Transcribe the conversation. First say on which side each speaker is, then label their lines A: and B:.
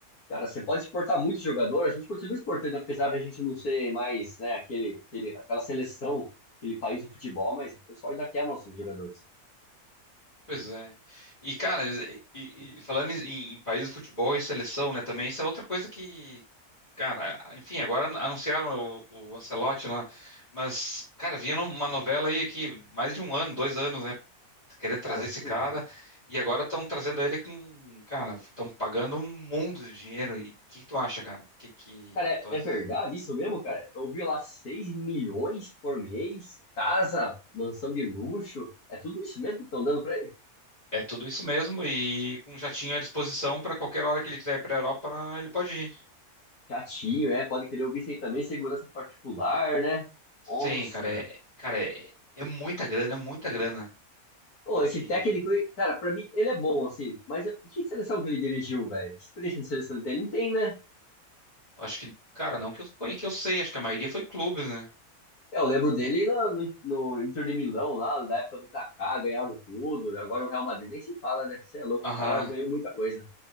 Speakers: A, on the left (about 75°); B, on the left (about 25°).
A: Cara, você pode exportar muito jogador, a gente continua exportando, apesar da gente não ser mais, né, aquele, aquele, aquela seleção, aquele país do futebol, mas o pessoal ainda quer nossos jogadores.
B: Pois é. E, cara, e, e- e falando em, em país de futebol e seleção, né, também, isso é outra coisa que, Cara, enfim, agora anunciaram o, o Ancelotti lá, mas, cara, vinha numa novela aí aqui, mais de um ano, dois anos, né, querendo trazer
A: Cara, sim,
B: esse cara,
A: viu?
B: e agora estão trazendo ele com, cara, estão pagando um mundo de dinheiro, e o que que tu acha, cara? Que que
A: Cara, é,
B: tu acha?
A: é verdade isso mesmo, cara? Eu vi lá 6 milhões por mês, casa, mansão de luxo, é tudo isso mesmo que estão dando pra ele?
B: É tudo isso mesmo, e com um jatinho à disposição para qualquer hora que ele quiser ir para a Europa, ele pode ir.
A: Chatinho, é, pode querer ouvir bicho aí também, segurança particular, né?
B: Sim,
A: Nossa,
B: cara,
A: velho.
B: é, cara, é, é muita grana, é muita grana,
A: Ô, esse
B: e
A: técnico, aí, cara, pra mim ele é bom, assim, mas que seleção que ele dirigiu, velho? Que experiência de seleção ele tem? Não tem, né?
B: acho que, cara, não que eu, que eu sei, acho que a maioria foi clubes, né?
A: É, Eu lembro dele no, no, no Inter de Milão, lá, da época do Kaká, ganharam tudo. Agora o Real Madrid nem se fala, né? Você é louco,
B: Aham.
A: o cara ganhou muita coisa.